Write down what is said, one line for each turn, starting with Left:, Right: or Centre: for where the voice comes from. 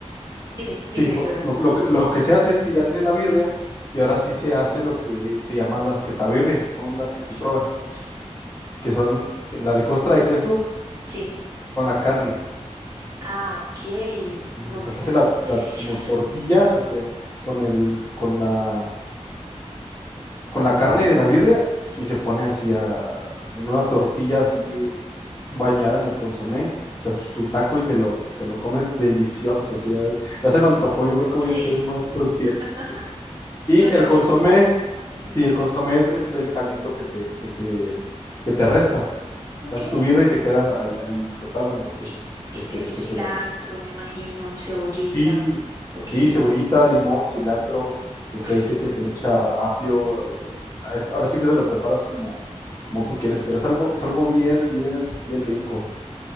Right: dime, dime,
Left: sí, lo,
Right: perdón.
Left: lo- lo que lo que se hace es que ya tienes la birria y ahora sí se hace lo que se llaman las quesabirrias, que son las que tú
Right: Pizza
Left: pruebas,
Right: birrias.
Left: que son la de costra de queso
Right: Sí.
Left: con la carne.
Right: Ah, ok.
Left: Sí,
Right: No,
Left: o sea,
Right: claro,
Left: se hace la,
Right: delicioso.
Left: la- como tortilla este, con el, con la, con la carne de la birria
Right: Sí.
Left: y se pone así a- en una tortilla así bañada en el consomé. Entonces
Right: Ush.
Left: tu taco y te lo, te lo comes delicioso. así, ay, ya se me antojó, yo creo que
Right: Sí.
Left: voy a hacer uno de estos días.
Right: <laughs>
Left: Y
Right: No, ya
Left: el
Right: me
Left: consomé,
Right: dices eso. Ujú.
Left: sí, el consomé es el del caldito que te, que te, que te resta.
Right: Ok.
Left: Te haces tu birria y te queda ahí, ahí flotando. Entonces,
Right: Y, y
Left: este,
Right: le echo
Left: eso
Right: cilantro,
Left: te lo, lo
Right: me imagino, cebollita.
Left: Sí,
Right: Ok.
Left: sí, cebollita, limón, cilantro. Este,
Right: Uf,
Left: hay gente
Right: limón.
Left: que le echa apio. eh, a este- Ahora sí que te lo preparas como, como tú quieres, pero es algo, es algo bien, bien, bien rico.